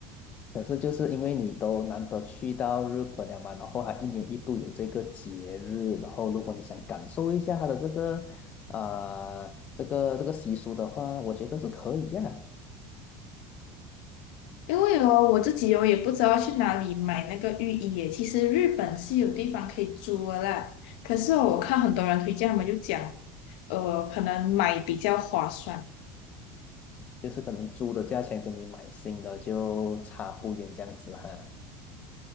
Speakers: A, on the left (about 30°); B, on the left (about 75°).
A: 可是就是因为你都难得去到日本了嘛，然后还一年一度有这个节日，然后如果你想感受一下它的这个啊、呃这个这个习俗的话，我觉得是可以呀、
B: 因为哦，我自己哦也不知道去哪里买那个浴衣耶。其实日本是有地方可以租的啦，可是哦我看很多人推荐，他们就讲，呃，可能买比较划算。
A: 就是可能租的价钱跟你买新的就差不远这样子哈。